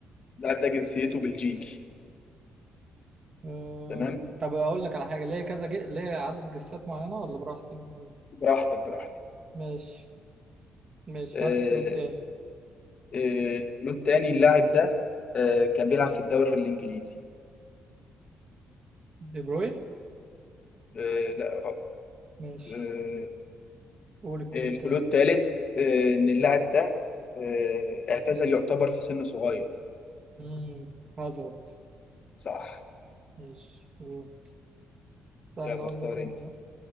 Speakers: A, on the left; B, on the right.
A: اللاعب ده جنسيته بلجيكي
B: آه.
A: تمام؟
B: طب اقول لك على حاجه ليه كذا جي... ليه عدد جسات معينه ولا براحتي ولا إيه؟
A: براحتك براحتك
B: ماشي ماشي
A: آه،
B: هات الكلو التاني
A: آه، الكلو التاني اللاعب ده آه، كان بيلعب في الدوري الإنجليزي
B: دي بروين
A: آه، لا غلط
B: ماشي
A: آه،
B: قول الكلو
A: الكلو
B: التاني
A: الثالث ان اللاعب ده آه، اعتزل يعتبر في سن صغير
B: امم هازارد
A: صح
B: ماشي قول. استنى
A: يلا
B: اقول
A: اختار
B: لك انا
A: انت
B: بقى.